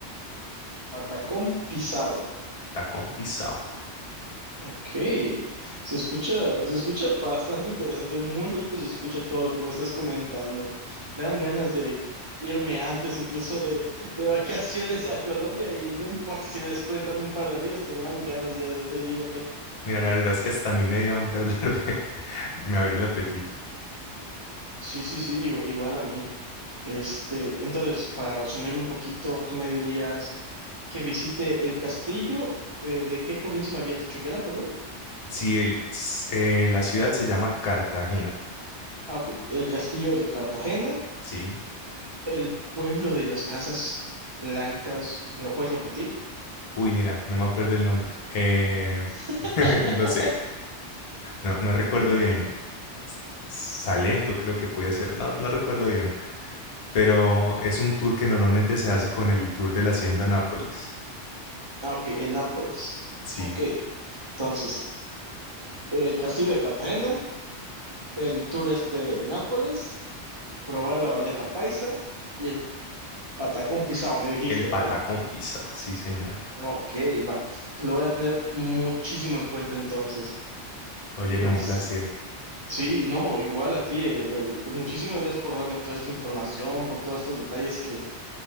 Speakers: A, on the right; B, on the left.
A: <laughs> Patacón pisado.
B: Tacón pisado.
A: Ok. Se escucha, se escucha bastante interesante, muy rico se escucha todo lo que me estás comentando. Me dan ganas de irme antes incluso de, de vacaciones a Colombia y no importa si me descuentan un par de días, pero me dan ganas ya de, de irme.
B: Mira, la verdad es que hasta a mí me dio hambre hablar de... <laughs> Me abrió el apetito.
A: Sí, sí, sí, igu- igual a mí. Este, entonces, para resumirlo un poquito, tú me dirías que visite el castillo, eh, ¿de qué provincia me habías dicho que era, perdón?
B: Sí, el, s- eh, la ciudad se llama Cartagena,
A: Ah, ok, el castillo de Cartagena,
B: ¿sí?
A: el pueblo de las casas blancas, ¿me lo puedes repetir?
B: Uy, mira, no me acuerdo el nombre. Eh,
A: <laughs>
B: <laughs> no sé, no, no recuerdo bien. Salento creo que podía ser, no, no recuerdo bien. Pero es un tour que normalmente se hace con el tour de la Hacienda Nápoles,
A: Ah, ok, en Nápoles.
B: sí.
A: Ok, entonces, el castillo de Cartagena, el tour este de Nápoles, probar la bandeja paisa y el patacón pisado, me dijiste,
B: Y el Patacón
A: ¿verdad?
B: Pisa, sí, señor.
A: Ok, va. Lo voy a tener muchísimo en cuenta entonces.
B: Oye,
A: Es,
B: no, un placer.
A: sí, no, igual a ti. el- el- muchísimas gracias por darme toda esta información, por todos estos detalles que,